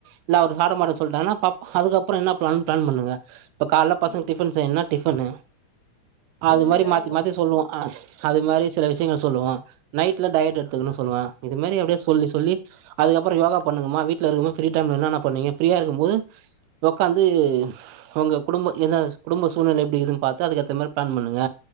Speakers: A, on the right (about 90°); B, on the left (about 80°).
A: இல்ல அவரு சாப்ட மாட்ட சொல்ட்டாங்கன்னா பாப் அதுக்கப்பற என்ன பிளானுன் பிளான் பண்ணுங்க இப்ப காலைல பசங்க
B: ம்
A: டிஃபன் செய்யணுன்னா டிஃபனு அது
B: ம்
A: மாரி மாத்தி
B: ஆமா
A: மாத்தி சொல்லுவோ அ அது மாரி சில விஷயங்கள் சொல்லுவா நைட்ல டயட் எடுத்துக்கன்னு சொல்லுவ இது மாரி அப்டியே சொல்லி சொல்லி அதுக்கப்ற யோகா பண்ணுங்கம்மா வீட்ல இருக்கும் போது ஃப்ரீ டைம் என்னனா பண்வீங்க ஃப்ரீயா டைம் என்ன என்ன பண்ணுவீங்க ஃப்ரீயா இருக்கும் போது உக்காந்து உங்க குடும்ப எந்த குடும்ப சு சூழல்நிலை எப்டி இக்குத்துன்னு பாத்து அதுக்கேத்த மாரி பிளான் பண்ணுங்க